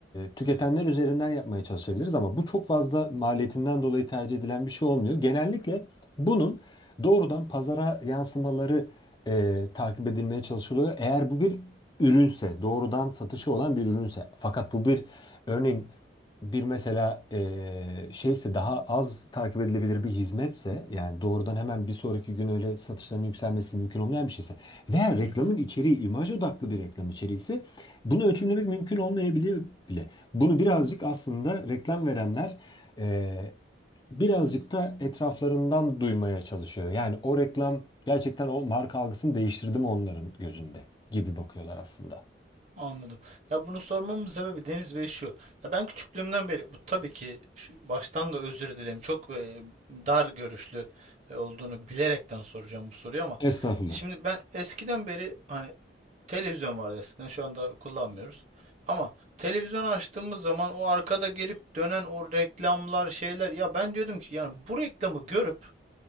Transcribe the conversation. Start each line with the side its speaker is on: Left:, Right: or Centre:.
Left: tüketenler üzerinden yapmaya çalışabiliriz ama bu çok fazla maliyetinden dolayı tercih edilen bir şey olmuyor. Genellikle bunun doğrudan pazara yansımaları e, takip edilmeye çalışılıyor. Eğer bu bir ürünse, doğrudan satışı olan bir ürünse. Fakat bu bir örneğin bir mesela e, şeyse daha az takip edilebilir bir hizmetse yani doğrudan hemen bir sonraki gün öyle satışların yükselmesi mümkün olmayan bir şeyse veya reklamın
Right: hı hı.
Left: içeriği imaj odaklı bir reklam içeriği bunu ölçümlemek mümkün olmayabiliyor bile. Bunu birazcık aslında reklam verenler e, birazcık da etraflarından duymaya çalışıyor. Yani o reklam gerçekten o marka algısını değiştirdi mi onların gözünde gibi bakıyorlar aslında.
Right: Anladım. Ya bunu sormamın sebebi Deniz Bey şu. Ya ben küçüklüğümden beri bu tabii ki şu- baştan da özür dilerim. Çok e, dar görüşlü e, olduğunu bilerekten soracağım bu soruyu ama
Left: Estağfurullah.
Right: şimdi ben eskiden beri hani televizyon vardı eskiden şu anda kullanmıyoruz. Ama televizyon açtığımız zaman o arkada gelip dönen o reklamlar şeyler ya ben diyordum ki yani bu reklamı görüp